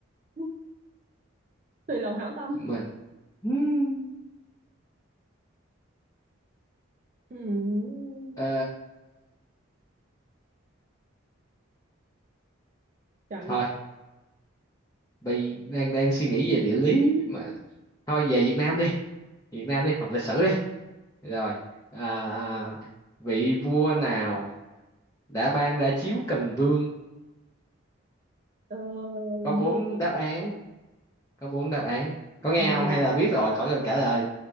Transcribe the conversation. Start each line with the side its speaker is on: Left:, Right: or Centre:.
Right: <laughs> tùy lòng hảo tâm
Left: Mình... Hmm.
Right: Ừm,
Left: Ờ...
Right: chọn
Left: Thôi,
Right: được
Left: bây đang đang suy nghĩ về địa lý mà. Thôi về Việt Nam đi. Việt Nam đi, học lịch sử đi. Rồi, à, vị vua nào đã ban ra chiếu Cần Vương?
Right: ờ,
Left: Có bốn
Right: vua
Left: đáp án, có bốn đáp án. Có nghe
Right: ừm.
Left: không hay là biết rồi, khỏi cần trả lời,